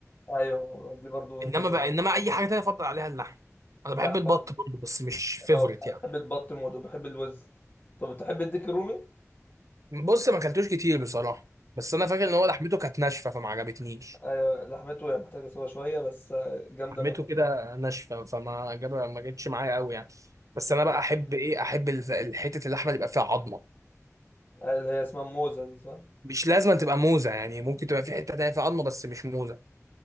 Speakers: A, on the left (about 35°); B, on the right (about 75°).
A: ايوه دي برضو
B: انما
A: انت زي
B: بقى انما اي حاجه تانية افضل عليها اللحمه انا
A: اللحمه
B: بحب البط برضه بس مش فيفوريت
A: اه أنا
B: يعني
A: بحب البط موت وبحب الوز طب بتحب الديك الرومي
B: بص ما اكلتوش كتير بصراحه بس انا فاكر ان هو لحمته كانت ناشفه فما عجبتنيش
A: ايوه لحمته هي محتاجه سوا شويه بس جامده
B: لحمته
A: موت
B: كده ناشفه فما جاب ما جتش معايا قوي يعني بس انا بقى احب ايه احب ال- حته اللحمه اللي يبقى فيها عظمه
A: اللي هي اسمها موزة دي صح؟
B: مش لازم تبقى موزه يعني ممكن تبقى في حته تانية فيها عظمه بس مش موزه